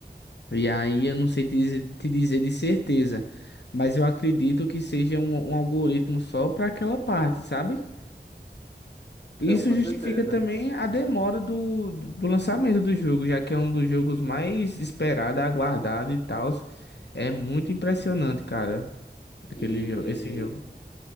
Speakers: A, on the left; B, on the left.
A: E aí eu não sei te dizer, te dizer de certeza. Mas eu acredito que seja um, um algoritmo só para aquela parte, sabe? Isso
B: Eu, com
A: justifica
B: certeza.
A: também a demora do, do lançamento do jogo, já que é um dos jogos mais esperado, aguardado e tal. É muito impressionante, cara, aquele,
B: E
A: jo- esse jogo.